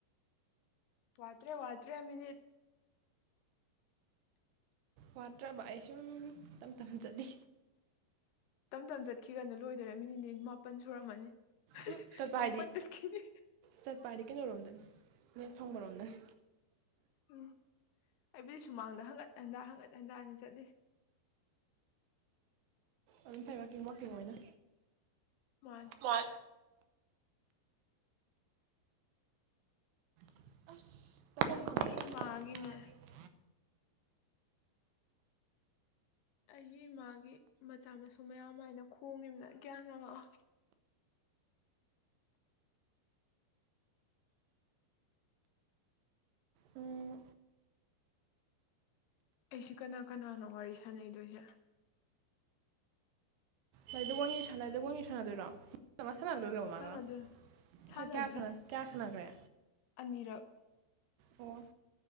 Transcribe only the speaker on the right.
ꯋꯥꯠꯇ꯭ꯔꯕ ꯑꯩ ꯁꯨꯝ ꯏ ꯇꯝ ꯇꯝ ꯆꯂꯤ
ꯎꯝ ꯆꯠꯄ
ꯍꯥꯏꯗꯤ
ꯆꯠꯄ ꯍꯥꯏꯗꯤ ꯀꯩꯅꯣꯔꯣꯝꯗꯅꯤ ꯅꯦꯠ ꯐꯪꯕꯔꯣꯝꯗꯅꯤ
ꯑꯗꯨꯝ ꯐꯩ ꯋꯥꯛꯀꯤꯡ ꯋꯥꯛꯀꯤꯡ ꯑꯣꯏꯅ꯫
ꯋꯥ ꯑꯁ ꯇꯃꯣ
ꯑꯣꯀꯥꯟ
ꯍ
ꯎꯝ
ꯂꯥꯏꯗꯕꯅꯤ ꯁ ꯂꯥꯏꯗꯒꯅꯤ ꯁꯥꯟꯅꯗꯣꯏꯔꯥ ꯁꯥꯟꯅ ꯂꯣꯏꯒꯦꯕꯃꯥꯒ
ꯁ ꯀꯌꯥ ꯁꯥꯟꯅ ꯁꯥꯟꯅꯈ꯭ꯔꯦ
ꯑꯣ